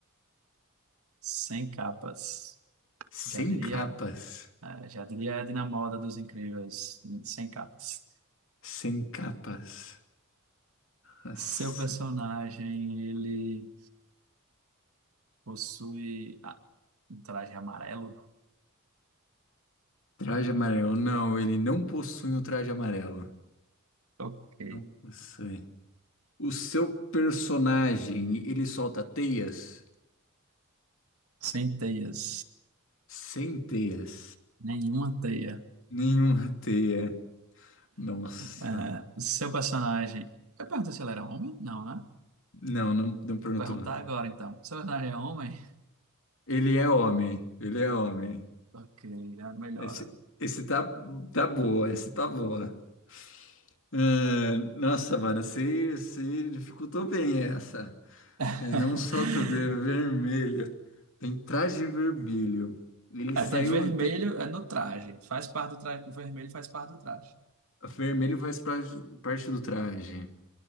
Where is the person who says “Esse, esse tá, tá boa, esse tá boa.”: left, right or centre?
Left